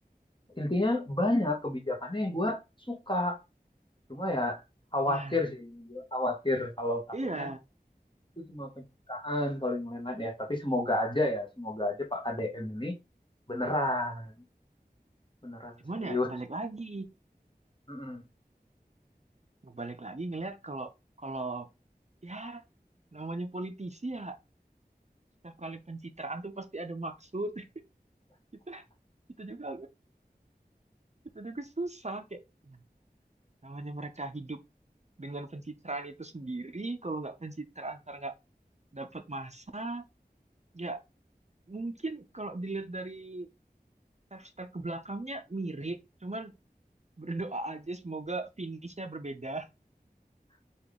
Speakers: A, on the left (about 30°); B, on the right (about 45°).
A: intinya banyak kebijakannya yang gue suka cuma ya khawatir
B: Ah,
A: sih gue khawatir kalau takutnya
B: iya.
A: itu cuma pencitraan kalau yang lain-lain ya tapi semoga aja ya semoga aja Pak KDM ini beneran beneran
B: Cuman
A: serius
B: ya balik lagi,
A: Mm-mm.
B: balik lagi ngelihat kalau kalau ya namanya politisi ya setiap kali pencitraan tuh pasti ada maksud <laughs> kita kita juga kita juga susah kayak ya, namanya mereka hidup dengan pencitraan itu sendiri kalau nggak pencitraan ntar nggak dapat masa ya mungkin kalau dilihat dari step-step ke belakangnya mirip cuman berdoa aja semoga finishnya berbeda